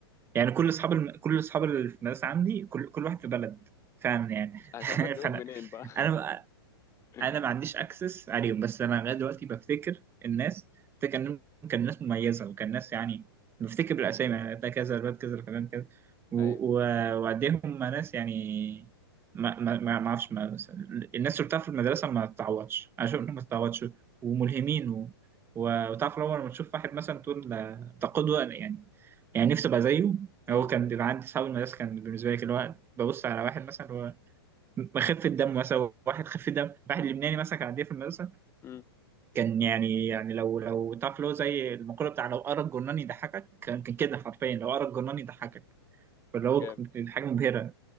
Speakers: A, on the right; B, on the left.
A: يعني كل اصحاب الم... كل اصحاب اللي في المدرسه عندي كل كل واحد في بلد فعلا يعني
B: مش عارف
A: <laughs>
B: اجيبهم
A: فانا
B: منين بقى
A: انا
B: <laughs>
A: انا ما عنديش اكسس عليهم بس انا لغايه دلوقتي بفتكر الناس بفتكر انهم كان ناس مميزه وكان ناس يعني بفتكر بالاسامي يعني ده كذا الواد كذا الفلان كذا و-
B: ايوه
A: و- وقديهم ناس يعني ما ما ما ما اعرفش ما بس- الناس اللي بتعرف في المدرسه ما تتعوضش انا شايف انهم ما تتعوضش وملهمين و... و- وتعرف لو لما تشوف واحد مثلا تقول ده ده قدوه يعني يعني نفسي ابقى زيه
B: امم
A: هو كان بيبقى عندي صحاب المدرسه كان بالنسبه لي كده اللي هو ببص على واحد مثلا خفة دم مثلا واحد خفة دم واحد لبناني مثلا كان عندي في المدرسة
B: امم
A: كان يعني يعني لو لو تعرف اللي هو زي المقولة بتاع لو قرا الجرنان يضحكك كان كان كده حرفيا لو قرا الجرنان يضحكك فاللي هو
B: جامد
A: كانت حاجة مبهرة